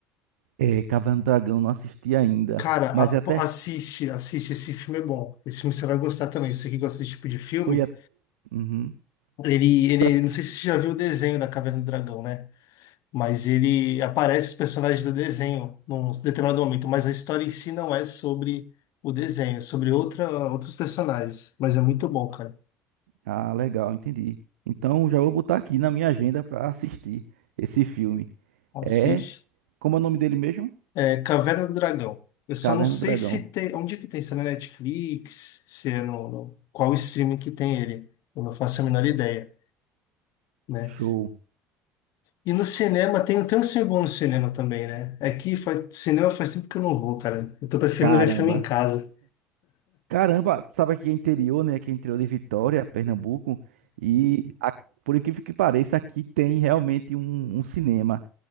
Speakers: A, on the right (about 85°); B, on the left (about 65°).
A: É, Caverna do Dragão não assisti ainda,
B: Cara, apo-
A: mas até
B: assiste, assiste, esse filme é bom. Esse filme você vai gostar também. Você que gosta desse tipo de filme,
A: foi a... Uhum,
B: ele, ele,
A: foi a-
B: não sei se você já viu o desenho da Caverna do Dragão, né? Mas ele aparece os personagens do desenho num determinado momento, mas a história em si não é sobre o desenho, é sobre outra, outros personagens. Mas é muito bom, cara.
A: Ah, legal, entendi. Então já vou botar aqui na minha agenda pra assistir esse filme.
B: Assiste.
A: É, como é o nome dele mesmo?
B: É Caverna do Dragão. Eu só
A: Caverna
B: não sei
A: do Dragão.
B: se tem. Onde que tem? Se é na Netflix? Se é no, no- Qual streaming que tem ele? Eu não faço a menor ideia, né?
A: Show.
B: E no cinema, tem, tem um filme bom no cinema também, né? É que faz, cinema faz tempo que eu não vou, cara. Eu tô preferindo
A: Caramba.
B: ver filme em casa.
A: Caramba, sabe aqui é interior, né? Aqui é interior de Vitória, Pernambuco, e a- por incrível que pareça, aqui tem realmente um um cinema.